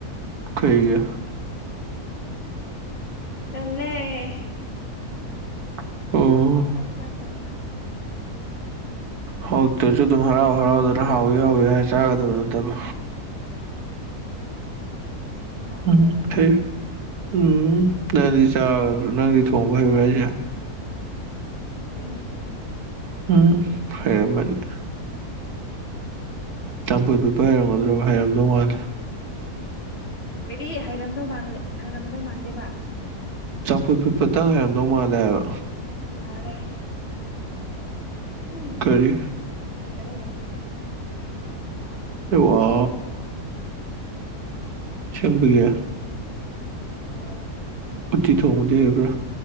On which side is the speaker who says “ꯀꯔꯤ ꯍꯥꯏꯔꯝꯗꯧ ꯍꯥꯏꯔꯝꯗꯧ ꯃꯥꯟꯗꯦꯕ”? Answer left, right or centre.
Left